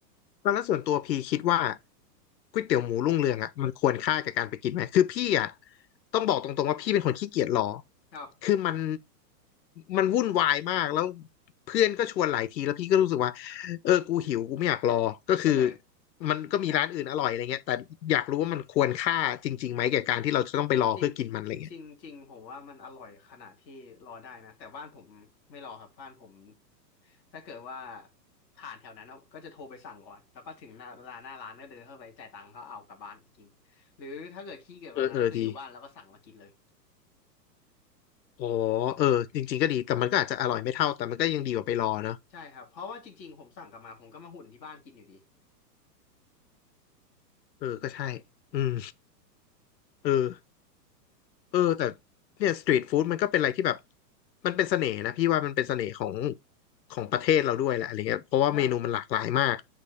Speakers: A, on the left; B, in the centre.
A: แล้วแล้วส่วนตัวพี่คิดว่าก๋วยเตี๋ยวหมูรุ่งเรืองอ่ะมันควรค่ากับการไปกินไหมคือพี่อ่ะต้องบอกตรงๆว่าพี่เป็นคนขี้เกียจรอ
B: ครับ
A: คือมันมันวุ่นวายมากแล้วเพื่อนก็ชวนหลายทีแล้วพี่ก็รู้สึกว่าเออกูหิวกูไม่อยากรอ ก็คือ
B: เข้าใจ
A: มันก็มีร้านอื่นอร่อยอะไรเงี้ยแต่อยากรู้ว่ามันควรค่าจริงๆไหมแก่การที่เราจะต้องไปรอเพื่อกินมันอะไรเงี้ย
B: จริงจริงจริงผมว่ามันอร่อยขนาดที่รอได้นะแต่บ้านผมไม่รอครับบ้านผมถ้าเกิดว่าผ่านแถวนั้นก็จะโทรไปสั่งก่อนแล้วก็ถึงหน้าเวลาหน้าร้านก็เดินเข้าไปจ่ายตังค์ก็เอากลับบ้านกินหรือถ้าเกิดขี้เกียจกว่านั้นก็คืออยู่บ้านแล้วก็สั่งมากินเลย
A: เออเออดีอ๋อเออจริงๆก็ดีแต่มันก็อาจจะอร่อยไม่เท่าแต่มันก็ยังดีกว่าไปรอเนาะ
B: ใช่ครับเพราะว่าจริงๆผมสั่งกลับมาผมก็มาหุ่นที่บ้านกินอยู่ดี
A: เออก็ใช่อืมเออ เออแต่เนี่ยสตรีทฟู้ดมันก็เป็นอะไรที่แบบมันเป็นเสน่ห์นะพี่ว่ามันเป็นเสน่ห์ของของประเทศเราด้วยแหละอะไรเงี้ยเพราะว่าเมนูมันหลากหลายมาก
B: ใช่